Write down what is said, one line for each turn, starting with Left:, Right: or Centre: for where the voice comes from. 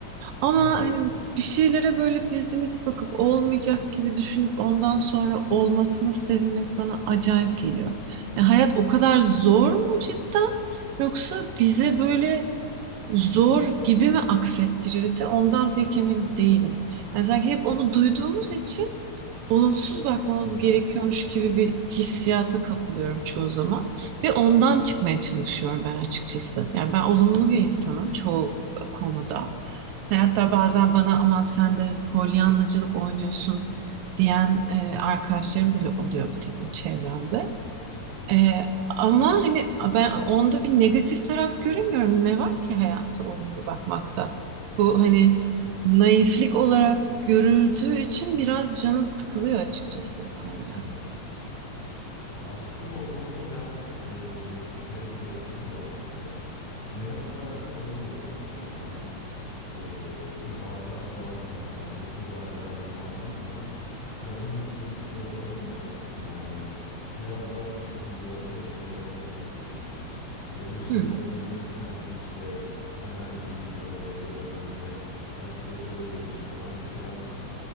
Right: Ama
Left: evet
Right: hani bir şeylere böyle pesimist bakıp olmayacak gibi düşünüp ondan sonra olmasına sevinmek bana acayip geliyor. Yani hayat o kadar zor mu cidden? Yoksa bize böyle zor gibi mi aksettirildi? Ondan pek emin değilim. Yani sanki hep onu duyduğumuz için olumsuz bakmamız
Left: hmm,
Right: gerekiyormuş gibi bir hissiyata kapılıyorum çoğu zaman ve ondan çıkmaya çalışıyorum ben açıkçası. Yani ben olumlu bir insanım çoğu konuda. Ve Hatta bazen bana aman sen de hani polyanlacılık oynuyorsun diyen e, arkadaşlarım bile oluyor bir takım çevremde. Ee, ama hani ben onda bir negatif taraf göremiyorum. Ne var ki hayata olumlu bakmakta? Bu hani naiflik olarak görüldüğü için biraz canım sıkılıyor açıkçası bu konuya.
Left: hmm. Ya Aslında o konuda birazcık eee, şöyle bir görüşüm de var benim. Neye bakarsak onu görürüz. Yani ben eee, bir bardağı falan mesela kulplu bardağı elime aldığım zaman ya bunun da kulbu şöyle olmamış aslında hani biraz daha şu şekilde olsaymış ele tam otururmuş. Ya da işte
Right: Hmm.
Left: yolda yürürken işte herhangi bir tabelayı gördüğümde ay şu da şöyleymiş falan diye birazcık